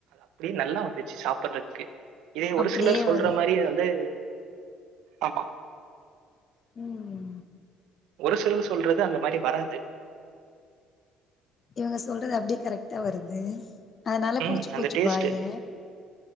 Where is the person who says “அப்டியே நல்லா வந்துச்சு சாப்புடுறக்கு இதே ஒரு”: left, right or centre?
Right